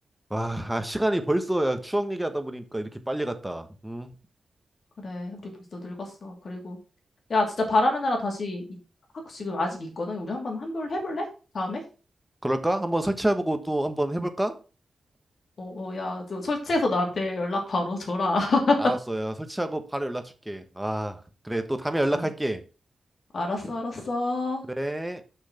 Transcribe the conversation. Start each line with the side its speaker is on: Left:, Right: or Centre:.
Centre: 와 아, 시간이 벌써 야, 추억 얘기하다 보니까 이렇게 빨리 갔다 음
Left: 그래. 우리 벌써 늙었어. 그리고, 야, 진짜 바람의 나라 다시, 이- 하고 지금 아직 있거든. 우리 한번 한번 해볼래? 다음에?
Centre: 그럴까? 한번 설치해보고 또 한번 해볼까?
Left: 어, 어, 야, 저 설치해서 나한테 연락 바로 줘라. <laughs>
Centre: 알았어 야 설치하고 바로 연락 줄게 아 그래 또 다음에 연락할게
Left: 아, 알았어, 알았어.
Centre: 그래